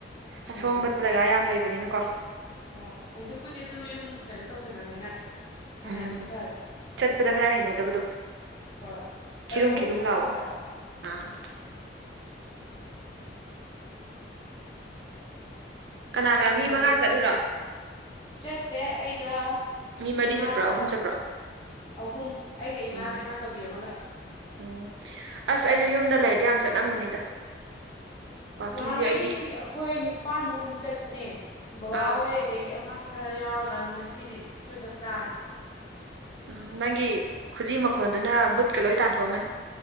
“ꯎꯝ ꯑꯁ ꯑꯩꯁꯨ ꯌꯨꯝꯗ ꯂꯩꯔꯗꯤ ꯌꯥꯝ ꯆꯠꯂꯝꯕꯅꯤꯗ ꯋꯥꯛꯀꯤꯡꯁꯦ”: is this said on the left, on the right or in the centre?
Right